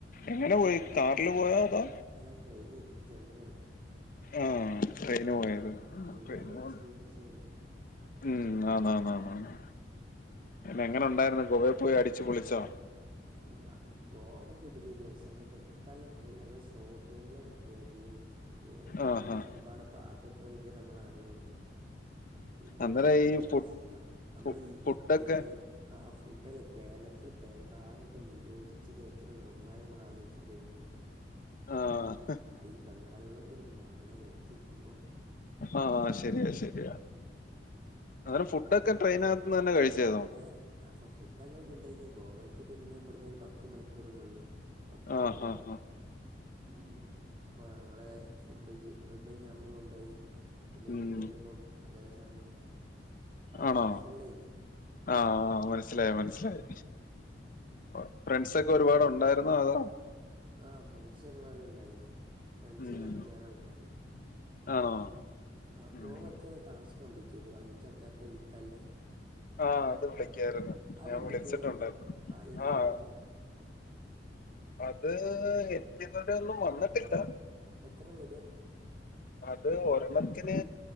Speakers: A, on the left (about 50°); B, on the right (about 30°).
A: എങ്ങനെ പോയി കാറില് പോയോ അതോ.
B: ഏ ട്രെയിന് ജനറൽ.
A: ആഹ് ട്രെയിന് പോയത്
B: എല്ലാം
A: ട്രെയിന്
B: നമ്മൾ
A: പോ.
B: എക്സ്പീരിയൻസ് ചെയ്യുന്നുണ്ട്
A: ഉം ആഹ് ഹാ ഹാ ഹാ ഹ പിന്നെങ്ങനെ ഉണ്ടായിര്ന്ന് ഗോവേപോയി അടിച്ചു പൊളിച്ചോ.
B: അ്ഹ. ഗോവ കിട്ലേനി പക്ഷേ അങ്ങട്ടെത്താല്ല ട്രെയി ഞങ്ങൾ സ്ലോ ട്രെയിനിലാണ് പോയത്. എന്ത്
A: ആഹ്
B: കഷ്ടപ്പാട്
A: ആഹ്
B: പാവപ്പെട്ടോല ഇത് നമ്മൾ അറ്യൊവ്‌ട്ന്ന്. ഉം
A: അന്നേരം
B: ബംഗാള്യോളെ
A: ഈ ഫു
B: ന നമ്മളെ
A: ഫു
B: ഈ
A: ഫുഡൊക്കെ
B: ഇ കേരള ആഹ് ഫുഡല്ലെ കേരളത്തില് പെൻമ്പാറൊക്കെ നിരോധി ച്ചത് എത്ര നന്നായി നമ്മളാലോയ്‌ച് ട്രെയിന് പോവുമ്പൊ.
A: ആഹ്.
B: അയ് ബംഗാള്യൊളൊക്കെരു മണെ എട്ത്തിര്ക്കുമ്പ.
A: ആഹ് ശരിയ ശരിയ. അങ്ങന ഫുഡൊക്കെ ട്രെയിനകത്ത് തന്നെ കഴിച്ചെതോ.
B: ഏഹ് അഫ ഫുഡ്ങ്ങൾ കൊണ്ടോയ്നി ഗോവെക്ക് ദുന്ന ബട്ന്ന് ഒരു പത്ത് മണിക്കൂറല്ലള്ളൂ. പത്ത്
A: ആഹ്
B: പന്ത്രണ്ടു.
A: ആഹ് ആഹ്
B: ഉം പ്പൊ ഞങ്ങളെ ഫുഡ് ജ് ബ്രഡ് ജാമു കൊണ്ടോയി. പിന്നെ
A: ഉം
B: ങ്ങട്ട് വരുമ്പം അതേ സാധനം തന്നെ ബഡ്ജറ്റ്
A: ആണോ
B: ഫ്രണ്ട്ലിയനി.
A: ആഹ് ആഹ് മനസ്സിലായി മനസ്സിലായി. ഒ ഫ്രണ്ട്സൊക്കെ ഒരുപാടുണ്ടായിരുന്നോ അതോ.
B: ആഹ് ഫ്രണ്ട്സ് ഒരുപാടുണ്ടായിനി ഫ്രണ്ട്സ്
A: ഉം
B: ഒരഞ്ചാറ് ആൾക്കാര്.
A: ആണോ.
B: ആഹ് ബ്രോ
A: ഉം
B: മറ്റേ ടാസ്ക് കമ്പ്ലീറ്റെയ്തു അഞ്ചൾക്കാർക്ക് വിളിക്കാല്ലേ.
A: ആഹ് അത് വിളിക്ക്യായിരുന്നു
B: അത്
A: ഞാ
B: കംപ്ലീറ്റ്
A: വിളിച്ചിട്ടുണ്ട്
B: ചെയ്ത് എന്ത് ആ എന്താ
A: ആഹ്.
B: കിട്ടുക
A: അത് എനിക്ക ഇതുവരെ ഒന്നും വന്നിട്ടില്ല.
B: എത്ര വര്യ.
A: അത് ഒരെണ്ണത്തിന്